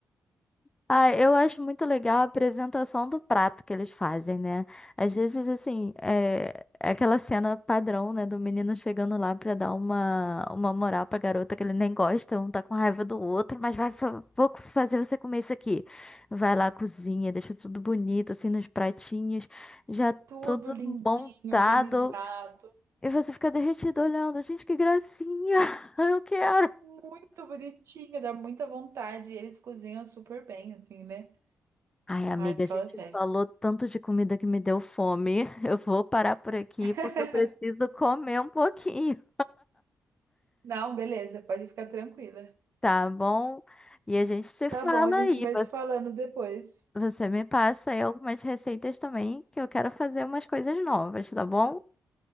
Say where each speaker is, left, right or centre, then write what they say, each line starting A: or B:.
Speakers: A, on the left; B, on the right.
A: Ah, eu acho muito legal a apresentação do prato que eles fazem, né? Às vezes, assim, é é aquela cena padrão, né? Do menino chegando lá pra dar uma, uma moral pra garota que ele nem gosta, um tá com raiva do outro, mas vai, fa- vou fazer você comer isso aqui. Vai lá, cozinha, deixa tudo bonito, assim, nos pratinhos, já
B: Tudo
A: tudo
B: lindinho,
A: montado.
B: organizado.
A: E você fica derretido olhando. Gente, que gracinha! <laughs> Eu quero!
B: Muito bonitinho, dá muita vontade. e Eles cozinham super bem, assim, né?
A: Ai, amiga,
B: Ai, fala
A: a gente
B: sério.
A: falou tanto de comida que me deu fome. <laughs> Eu vou parar por aqui
B: <laughs>
A: porque eu preciso comer um pouquinho,
B: Não, beleza, pode ficar tranquila.
A: <laughs> tá bom? E a gente se
B: Tá
A: fala
B: bom, a gente
A: aí.
B: vai
A: Vo-
B: se falando depois.
A: Você me passa aí algumas receitas também, que eu quero fazer umas coisas novas, tá bom?